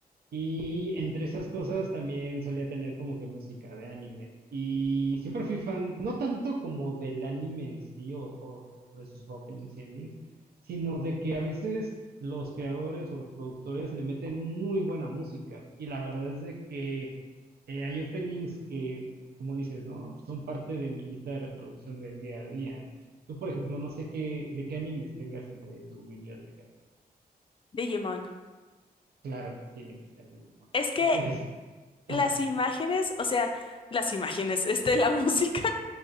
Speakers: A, on the right; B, on the left.
A: Y entre esas cosas también solía tener como que música de anime. Y siempre fui fan, no tanto como del anime en sí o, o- o de sus openings y endings, sino de que a veces los creadores o los productores le meten muy buena música. Y la verdad es de que eh, hay openings que, como dices, ¿no? Son parte de mi lista de reproducción del día a día. Tú, por ejemplo, no sé qué, de qué animes tengas entre tu biblioteca.
B: Digimon.
A: Claro que tiene que ser Digimon.
B: Es que
A: <laughs> Es, ajá.
B: las imágenes, o sea, las imágenes, <laughs> este, la música.